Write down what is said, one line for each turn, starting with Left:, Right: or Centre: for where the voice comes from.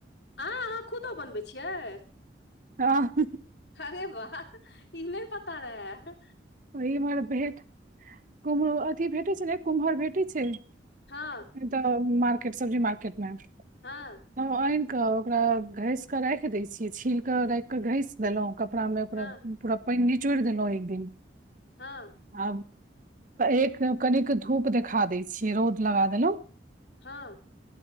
Left: आँय अहाँ खुदो बनबै छियै।
Right: हँ।
Left: अरे वाह ई नै पता रहे।
Right: ओ इमहर भेट कुम्हरो अथी भेटे छै ने कुम्हर भेटैत छै। नै
Left: हँ
Right: तऽ मार्केट सब्जी मार्केट में।
Left: हां।
Right: तब आनि कऽ ओकरा घसि कऽ राखि दै छियै, छील कऽ राखि कऽ घसि देलहुं कपड़ा में ओकरा
Left: हँ
Right: पूरा पाइन निचोड़ि देलहुं एक दिन।
Left: हं।
Right: आ एक कनिक धूप देखा दै छियै, रौद लगा देलहुँं।
Left: हँ।